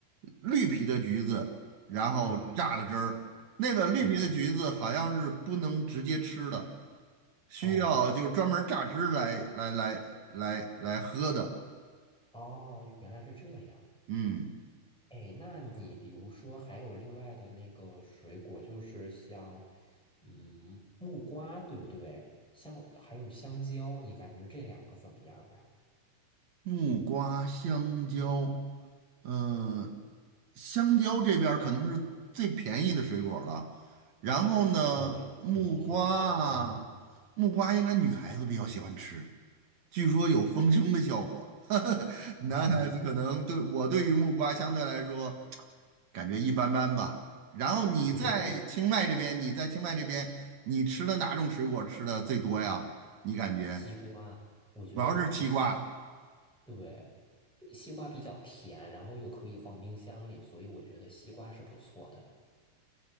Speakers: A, on the right; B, in the centre.
A: 绿皮的橘子，然后榨的汁儿。
B: 对，
A: 那个绿皮的橘子好像是不能直接吃的，
B: 是的。
A: 需要就是专门榨汁来来来来来喝的。
B: 哦，哦，原来是这样。
A: 嗯。
B: 哎，那你比如说还有另外的那个水果，就是像，嗯，木瓜，对不对？香，还有香蕉，你感觉这两个怎么样呀？
A: 木瓜、香蕉，嗯，香蕉这边儿可能是最便宜的水果儿了。然后呢，
B: 对，
A: 木瓜啊木瓜应该女孩子比较喜欢吃，
B: 是的，是的，是的，香蕉。
A: 据说有丰胸的效果。<laughs> 男孩子可能对我对于木瓜相对来说
B: 哦，
A: 感觉一般般吧。然后你在清迈这边，
B: 我觉得
A: 你在清迈这边，你吃的哪种水果吃的最多呀？你感觉
B: 西瓜，我觉得我吃西瓜，
A: 主要是西瓜。
B: 对，西瓜比较甜，然后又可以放冰箱里，所以我觉得西瓜是不错的。